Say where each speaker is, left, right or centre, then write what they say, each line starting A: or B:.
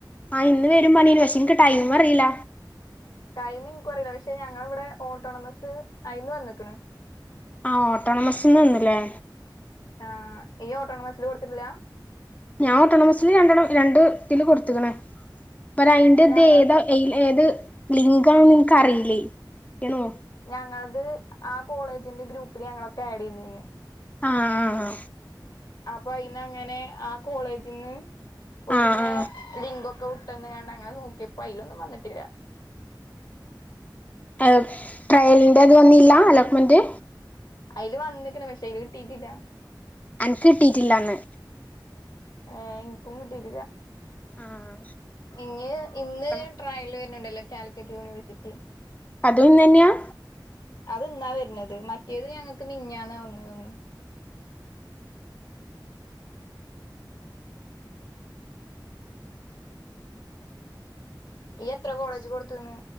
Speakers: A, on the left; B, on the left.
A: ആഹ് ഇന്ന് വരും പർഞ്ഞീന് പക്ഷേ ഇൻക്ക് ടൈം അറില.
B: ടൈമ് ഇൻക്കു അറീല പക്ഷെ ഞങ്ങളവടെ ഓട്ടോണമസ് അയിന്ന് വന്ന്ക്ക്ണ്.
A: ആഹ് ഓട്ടോണമസ്ന്ന് വന്നല്ലേ.
B: ആഹ് ഇയ്യ് ഓട്ടോണമസ്സില് കൊടുത്തിട്ടില്ല.
A: ഞാൻ ഓട്ടോണമസില് രണ്ടെണ് രണ്ട് തില് കൊടുത്ത്ക്ക്ണ് പ്പരയ്ന്റെതേതാ.
B: ഞങ്ങൾ
A: എയ് ഏത് ലിങ്കാണെന്ന് ഇൻക്ക് അറീലെയ് ഞാൻ നോ
B: ഞങ്ങൾത് ആ കോളേജിന്റെ ഗ്രൂപ്പില് ഞങ്ങളൊക്കെ ആഡെയ്തീലെ.
A: ആഹാ ആഹാ
B: അപ്പൊ അയിന്ന് അങ്ങനെ ആ കോളേജിൽന്ന് ഓലിങ്ങനെ
A: ആഹ് ആഹ്
B: ലിങ്ക് ഒക് വിട്ട് തന്ന് അങ്ങനെ നോക്കിയപ്പോ അതിലൊന്നും വന്നിട്ടില്ല
A: ഏഹ് ട്രയലിന്റെത് വന്നില്ല അലോട്ട്മെന്റ്
B: അയില് വന്ന്ക്ക്ണ് പക്ഷേ അയില് കിട്ടീട്ടില്ല
A: അനക്ക് കിട്ടിയിട്ടില്ലാന്ന്
B: ഏഹ് എനിക്കും കിട്ടിട്ടില്ല
A: ആഹ്
B: ഇഞ്ഞ് ഇന്ന്
A: നോക്കണം
B: ട്രയല് വരുന്നുണ്ടല്ലോ കാലിക്കറ്റ് യൂണിവേഴ്സിറ്റി
A: അതും ന്ന് തന്നെയാ
B: അത് ന്നാ വരുന്നത് മറ്റേത് ഞങ്ങൾക്ക് മിഞ്ഞാന്ന് വന്ന് തോന്ന്ന്ന് യ്യ് എത്ര കോളേജില് കൊടുത്തുക്ക്ണ്